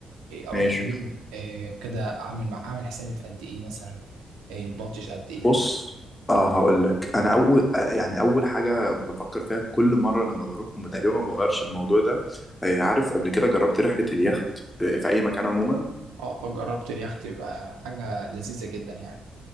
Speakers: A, on the right (about 85°); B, on the left (about 25°).
A: إيه، اروح
B: ماشي
A: فين إيه، وكده اعمل مع اعمل حسابي في قد ايه مثلا إيه، بادجت قد ايه
B: بص اه هقول لك انا اول آه، يعني اول حاجه بفكر فيها كل مره لما بروح وما تقريبا ما بغيرش الموضوع ده آه، عارف قبل كده جربت رحله اليخت آه، في اي مكان عموما
A: اه آه، جربت اليخت يبقى حاجة لذيذة جدا يعني